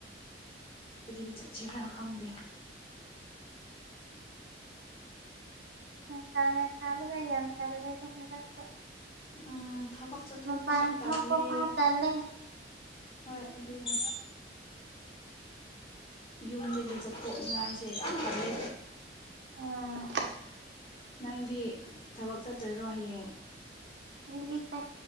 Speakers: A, on the left (about 30°); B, on the right (about 85°).
A: ꯀꯔꯤ ꯆꯠꯁꯤꯔꯥ ꯈꯪꯗꯦ
B: ꯅꯨꯁꯅꯥ ꯁꯥꯕꯒ ꯌꯥꯝ ꯆꯜꯂꯦꯗꯣ ꯍꯟꯗꯛꯁꯦ
A: ꯎꯝ ꯊꯕꯛ ꯆꯠꯊꯣꯛꯄꯁꯨ
B: ꯃꯄꯥꯟ
A: ꯇꯜꯂꯦ
B: ꯊꯣꯛꯄ ꯐꯥꯎ ꯇꯜꯂꯦ
A: ꯍꯣꯏ ꯑꯗꯨꯅꯦ ꯌꯨꯝꯗꯒꯤ ꯆꯠꯊꯣꯛꯅꯤꯡꯉꯥꯏꯁꯦ ꯌꯥꯝ ꯇꯜꯂꯦ
B: ꯎꯝ
A: ꯅꯪꯗꯤ ꯊꯕꯛ ꯆꯠꯇꯣꯏꯔꯣ ꯍꯌꯦꯡ
B: ꯑꯩꯗꯤ ꯆꯠ